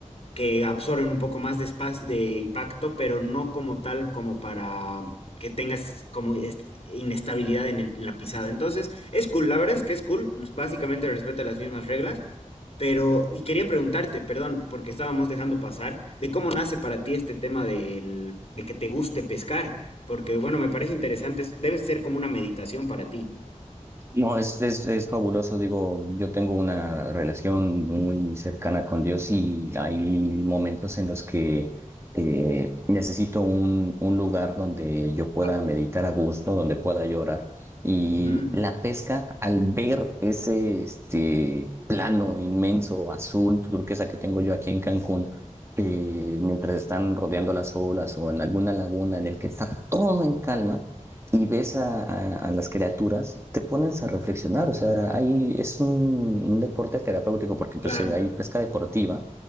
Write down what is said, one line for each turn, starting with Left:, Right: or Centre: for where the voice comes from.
Left: que absorben un poco más de, espacio, de impacto, pero no como tal, como para que tengas como est- inestabilidad en, el- en la pisada. Entonces, es cool, la verdad es que es cool, básicamente respeta las mismas reglas, pero, y quería preguntarte, perdón, porque estábamos dejando pasar, de cómo nace para ti este tema del, de que te guste pescar, porque bueno, me parece interesante, es- debe ser como una meditación para ti.
Right: No, es, es, es fabuloso, digo, yo tengo una relación muy cercana con Dios y hay momentos en los que eh, necesito un, un lugar donde yo pueda
Left: Ah,
Right: meditar a gusto, donde pueda llorar. Y
Left: ujú,
Right: la pesca, al ver ese este, plano inmenso, azul, turquesa que tengo yo aquí en Cancún, eh, mientras están rodeando las olas o en alguna laguna en el que está todo en calma, y ves a, a- a las criaturas, te pones a reflexionar. O sea, ahí es un, un deporte terapéutico porque
Left: claro,
Right: pues, eh, hay pesca deportiva